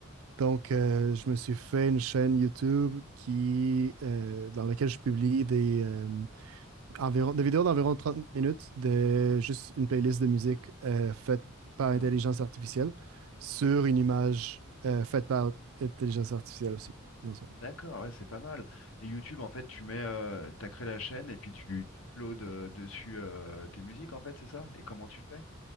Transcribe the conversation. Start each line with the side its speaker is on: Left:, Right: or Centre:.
Right: Donc, euh, je me suis fait une chaîne YouTube qui, euh, dans laquelle je publie des, euh, environ, des vidéos d'environ 30 minutes de juste une playlist de musique euh, faite par
Left: D'accord.
Right: intelligence artificielle sur une image euh, faite par intelligence artificielle aussi, dans le fond.
Left: D'accord, ouais, c'est pas mal. Et YouTube, en fait, tu mets, euh, t'as créé la chaîne et puis tu, tu uploades euh, dessus euh, tes musiques, en fait, c'est ça? Et comment tu fais?